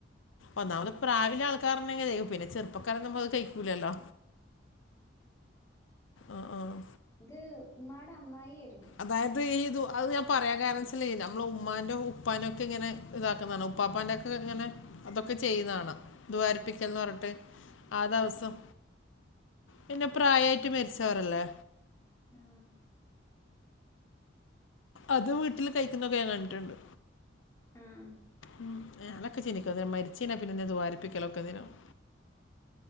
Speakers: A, on the left; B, on the left.
A: ഒന്നാമത് പ്രാവില്ല ആൾക്കാറ്ണ്ടങ്ങ ചെയ്യും പിനെ ചെറുപ്പക്കാറൊന്നും വഅ ചെയ്ക്കൂലല്ലോ..
B: ആ
A: ആഹ് ആഹ്
B: ഇത് ഉമ്മാടെ അമ്മായാര്ന്നു..
A: അതായത് ഈ ഇത് അത് ഞാൻ പറയാൻ കാരണച്ചാല്, നമ്മളെ ഉമ്മാൻ്റെ ഉപ്പാനെയൊക്കെ ഇങ്ങനെ ഇതാക്ക്ന്ന കാണാ. ഉപ്പാപ്പാൻ്റെ ക്കെ ഇങ്ങനെ. അതൊക്കെ ചെയ്യ്ന്ന കാണാ. ദുആ ഇരപ്പിക്കൽന്ന് പറഞ്ഞിട്ട്. ആ ദെവസം. പിന്നെ പ്രായായിട്ട് മരിച്ചവരല്ലേ.
B: ഉം
A: അത് വീട്ടില് കഴിക്കുന്നൊക്കെ ഞാൻ കണ്ടിട്ട്ണ്ട്.
B: ആ ആ
A: ഉം. ഞാനൊക്കെ ചിന്തിക്കു അന്നേരം മരിച്ചയിഞ്ഞാ പിന്നെന്തിനാ ദുആ ഇരപ്പിക്കലൊക്കെ എന്തിനാന്ന്.